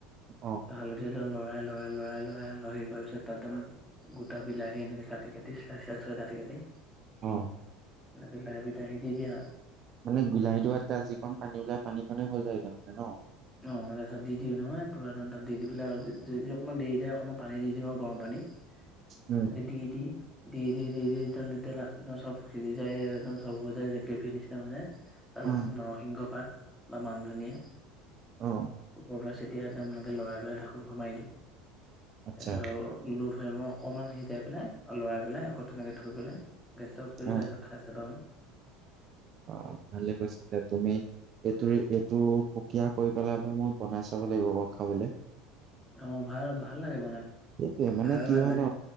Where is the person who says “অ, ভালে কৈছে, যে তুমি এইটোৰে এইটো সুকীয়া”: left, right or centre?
Right